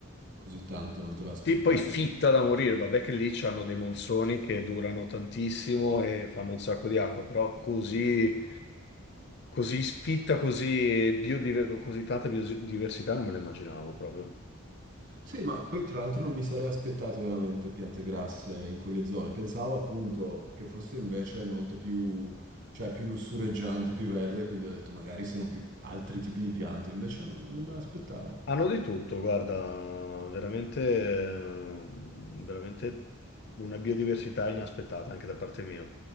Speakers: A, on the right; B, on the left.
A: Così tanto non te l'aspettavi.
B: Sì, poi fitta da morire, vabbè che lì c'hanno dei monsoni che durano tantissimo e fanno un sacco di acqua, però così... Così sfitta, così biodiver- così tanta biodiversità non me lo immaginavo proprio.
A: Sì, ma poi tra l'altro non mi sarei aspettato veramente piante grasse in quelle zone. Pensavo appunto che fosse invece molto più, cioè più lussureggiante, più verde, quindi ho detto magari sono più altri tipi di piante, invece no, non me l'aspettavo.
B: Hanno di tutto, guarda, veramente, eh, veramente una biodiversità inaspettata anche da parte mia.